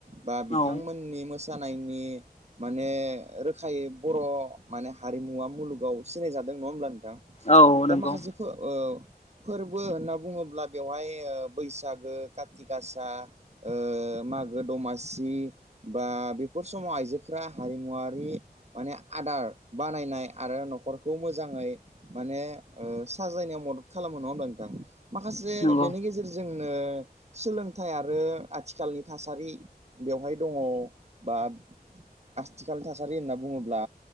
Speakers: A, on the right (about 40°); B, on the left (about 45°).
A: बा बिथांमोननि
B: औ
A: मोसानायनि माने रोखायै बर' माने हारिमुवा मुलुगाव सिनाय जादों। नङा होमब्ला नोंथां?
B: औ
A: दा
B: नंगौ
A: माखासे फोर ओ फोरबो होनना बुङोब्ला बेवहाय ओ बैसागो, काति गासा, ओ मागो-दमासि बा बेफोर समाव आइजोफोरा हारिमुवारि माने आदार बानायनाय आरो न'खरखौ मोजाङै माने ओ साजायनायाव मदद खालामो। नङा होमबा नोंथां? माखासे
B: नंगौ
A: बेनि गेजेरजोंनो सोलोंथाइ आरो आथिखालनि थासारि बेवहाय दंङ बा आथिखालनि थासारि होनना बुङोब्ला